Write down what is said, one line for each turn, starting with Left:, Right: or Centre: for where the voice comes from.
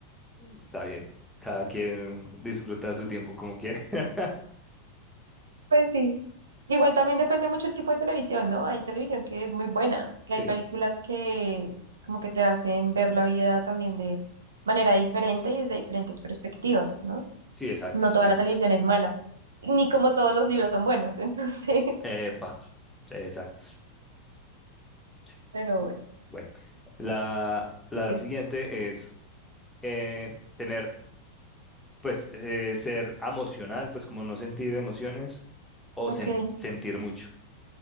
Centre: está bien. Cada quien disfruta su tiempo como quiere. <laughs>
Right: Pues sí. Igual también depende mucho el tipo de televisión, ¿no? Hay televisión que es muy buena y
Centre: Sí,
Right: hay películas que como que te hacen ver la vida también de manera diferente y desde diferentes perspectivas, ¿no?
Centre: sí, exacto,
Right: No toda
Centre: sí.
Right: la televisión es mala, ni como todos los libros son buenos, <laughs> entonces,
Centre: Epa, exacto. Sí.
Right: pero bueno,
Centre: Bueno, la, la
Right: sigue.
Centre: siguiente es eh, tener pues eh, ser emocional, pues como no sentir emociones o
Right: Ok.
Centre: sen- sentir mucho,